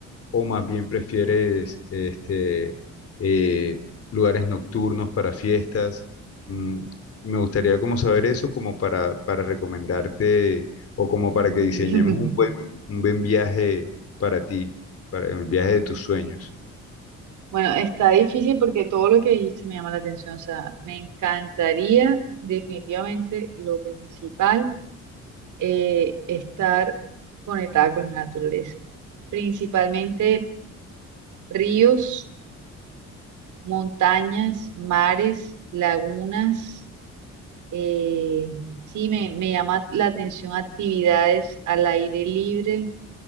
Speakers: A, on the left (about 50°); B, on the right (about 75°).
A: o más bien prefieres este, eh, lugares nocturnos para fiestas. Mm, me gustaría como saber eso, como para, para recomendarte o como para
B: <laughs>
A: que diseñemos un buen, un buen viaje para ti, para el viaje de tus sueños.
B: Bueno, está difícil porque todo lo que dijiste me llama la atención. O sea, me encantaría definitivamente lo principal, eh, estar conectada con la naturaleza. Principalmente ríos, montañas, mares, lagunas. eh, sí, me, me llama la atención actividades al aire libre.